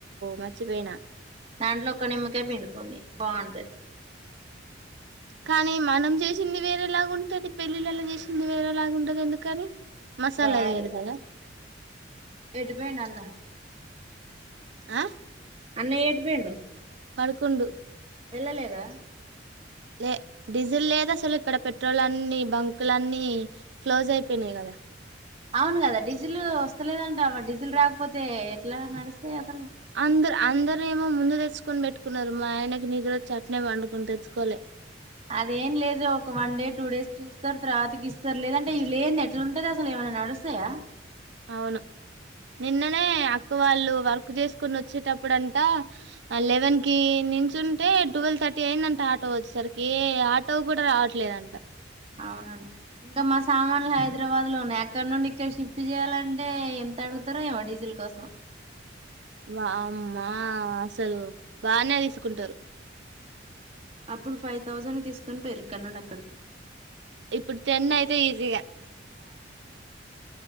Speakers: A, on the right (about 65°); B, on the right (about 30°).
A: మర్చిపోయిన
B: దాంట్లో ఒక్క నిమ్మకాయ్ పిండుకోండి బాగుంటది
A: కానీ మనం చేసింది వేరేలాగుంటది పెళ్ళిళ్ళల చేసింది వేరేలాగుంటది ఎందుకని మసాలా
B: వాళ్ళకి
A: వేరు కదా
B: ఎటు పోయిండు అన్న
A: ఆ
B: అన్నయ ఎటు పోయిండు
A: పడుకుండు
B: వెళ్ళలేదా
A: లే డీజిల్ లేద్ అసలు ఇక్కడ పెట్రోలన్నీ బంకులనన్నీ క్లోజ్ అయిపోయినయి కదా
B: అవును కదా డీజిల్ వస్తలేదన్ రావ డీజిల్ రాకపోతే ఎట్లా నడుస్తాయి అస్
A: అందర్ అందర్ రేమో ముందు తెచ్చుకొని పెట్టుకున్నారు, మా ఆయనకి నిద్ర వచ్చి అట్నే వండుకున్ తెచ్చుకోలే.
B: అదేం లేదు ఒక వన్ డే టూ డేస్ చూస్తారు, తరువాతకి ఇస్తార్ లేదంటే లేని ది ఎట్లా ఉంటది, అసలు ఏమైనా నడుస్తాయా.
A: అవును నిన్ననే అక్క వాళ్ళు వర్క్ చేసుకుొని వచ్చేటప్పుడు, అంట లెవెన్కి నుంచి ఉంటే ట్వెల్వ్ థర్టీ అయిందంట, ఆటో వచ్చేసరికి ఏ ఆటో కూడా రావట్లేదంట.
B: అవునన్ ఇంకా మా సామాన్లు హైదరాబాద్ లో ఉన్నాయి అక్కడ నుండి ఇక్కడ షిఫ్ట్ చేయాలంటే ఎంత అడుగుతారో ఏమో డీజిల్ కోసం
A: ఆ అమ్మా అసలు బానే తీసుకుంటారు
B: అప్పుడు ఫైవ్ థౌజండ్ తీసుకొని పెరుక్క నుండి అక్కడికి
A: ఇప్పుడు టెన్ అయితే ఈజీగా
B: ఆ